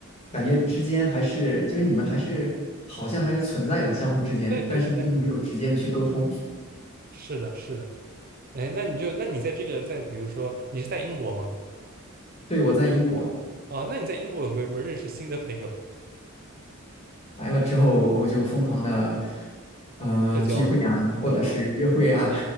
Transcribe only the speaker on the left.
感觉之间还是就是你们还是好像还是存在的，相互之间，
但是就是没有直接的去沟通。
对，我在英国。
来了之后，我就疯狂的呃聚会啊，
或者是约会啊。